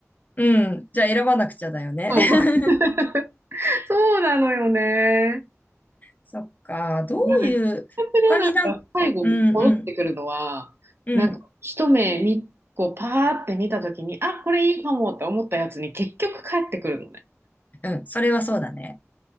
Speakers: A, on the left (about 35°); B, on the right (about 50°).
A: うん。じゃあ選ばなくちゃだよね。
B: そう。
A: <laughs>
B: <laughs> そうなのよね。
A: そっか、どういう、
B: なんか、プレーなんか最後戻ってくるのは、
A: 他になんか、うんうん、うん、
B: なんか一目見、こうパーって見たときに、あ、これいいかもって思ったやつに結局帰ってくるのね。
A: うん、それはそうだね。